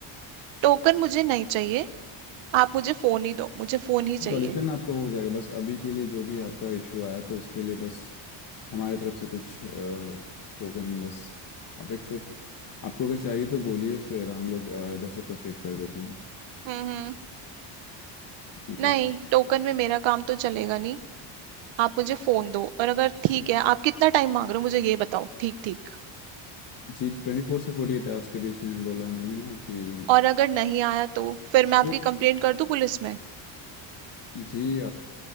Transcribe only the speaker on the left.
सॉल्यूशन
आपका हो जाएगा बस अभी के लिए जो भी आपका इशू आया तो उसके लिए बस हमारे तरफ से कुछ टोकन बस आप एक्सेप्ट आपको अगर चाहिए तो बोलिए फिर हम लोग अ, इधर से प्रोसीड कर देता हूँ
जी
जी ट्वेंटी फोर से फोर्टी एट आवर्स के बीच में बोला है मैंने ना कि
वो
जी